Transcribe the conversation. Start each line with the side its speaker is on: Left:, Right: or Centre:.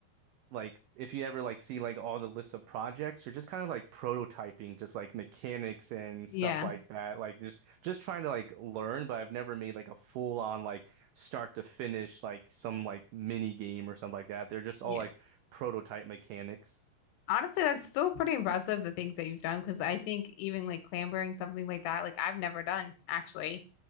Right: like if you ever like see like all the lists of projects, you're just kind of like prototyping, just like mechanics and
Left: Yeah.
Right: stuff like that. Like just just trying to like learn, but I've never made like a full on like start to finish like some like mini game or something like that. They're just
Left: Yeah.
Right: all like prototype mechanics.
Left: Honestly, that's still pretty impressive the things that you've done because I think even like clambering something like that, like I've never done actually,